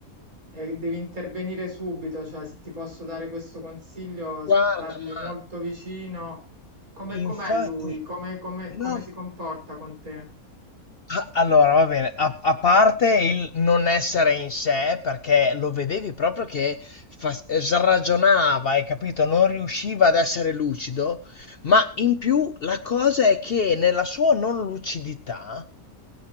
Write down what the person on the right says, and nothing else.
eh, devi intervenire subito, cioè se ti posso dare questo consiglio, stargli
molto vicino. Come,
com'è lui? Come, come, come
si comporta con te?